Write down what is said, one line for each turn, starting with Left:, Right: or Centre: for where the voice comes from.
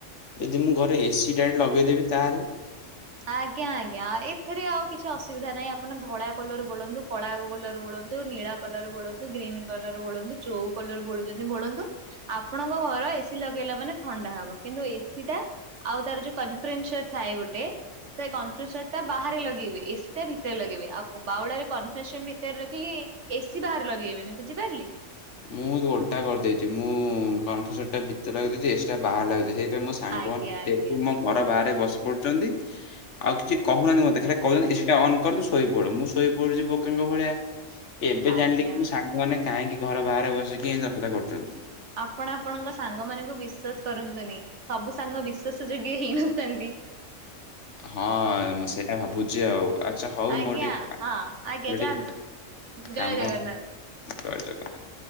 Left: ଯଦି ମୁଁ ଘରେ ଏସି ଟା ଏଟି ଲଗେଇଦେବି ତାହେଲେ
Right: ଆଜ୍ଞା ଆଜ୍ଞା ଏଥିରେ ଆଉ କିଛି ଅସୁବିଧା ନାହିଁ ଆପଣ ଧଳା କଲର ବୋଳନ୍ତୁ କଳା କଲର ବୋଳ କଲର ବୋଳନ୍ତୁ ଗ୍ରୀନ କଲର ବୋଳନ୍ତୁ ଯୋଉ କଲର ବୋଳୁଚନ୍ତି ବୋଳନ୍ତୁ ଆପଣଙ୍କ ଘ ଏସି ଲଗେଇଲା ମାନେ ଥଣ୍ଡା ହବ କିନ୍ତୁ ଏସି ଟା ଆଉ ତାର ଯୋଉ କନଫ୍ରେନ୍ସର ଥାଏ ଗୋଟେ ତ କନଫେସନ୍ ଟା ବାହାରେ ଲଗେଇବେି ଏସି ଟା ଭିତରେ ଲଗେଇବେି ଆଉ ବାଉଲାରେ କନଫେସନ୍ ଭିତରେ ରଖିକି ଏସି ବାହାରେ ଲଗେଇବେନି ବୁଝିପାରିଲେ।
Left: ମୁଁ ଓଲଟା କରିଦେଇଛି ମୁଁ କନଫେସନଟ ଟା ଭିତରେ ଲଗେଇଦେଇଚି ଏସି ଟା ବାହାର ଲଗେଇଦେଇଚି ଏ ତ ମୋ ସାଙ୍ଗମାନେ
Right: ଆଜ୍ଞା ଆଜ୍ଞା
Left: ମୋ ଘର ବାହାରେ ବସି କରୁଛନ୍ତି ଆଉ କିଛି କହୁନାହାନ୍ତି ମତେ ଖାଲି କହୁଚନ୍ତି ଏସି ଟା ଅନ କର ତୁ ଶୋଇ ପଡ ମୁଁ ଶୋଇ ପଡୁଚି ବୋକା ଙ୍ଗ ଭଳିଆ ଏବେ
Right: ଆଜ୍ଞା
Left: ଜାଣିଲେ କି ମୋ ସାଙ୍ଗମାନେ କାହିଁକି ଘର ବାହାରେ ବସିକି ଏଇ ଦଶରା କରୁଛନ୍ତି।
Right: ଆପଣ ଆପଣଙ୍କ ସାଙ୍ଗ ମାନଙ୍କୁ ବିଶ୍ୱାସ କରନ୍ତୁନି ସବୁ ସାଙ୍ଗ ବିଶ୍ଵାସ ଯୋଗ୍ୟ ହେଇନଥାନ୍ତି।
Left: ହଁ ମୁଁ ସେଇଟା ଭାବୁଛି ଆଉ ଆଚ୍ଛା ହଉ
Right: ଆଜ୍ଞା
Left: ମୋର ଟିକେ
Right: ହଁ ଆଜ୍ଞା
Left: ମୋର ଟିକେ
Right: ଯାଆନ୍ତୁ।
Left: କାମ
Right: ଜୟ ଜଗନ୍ନାଥ।
Left: ଜୟଜଗନ୍ନାଥ।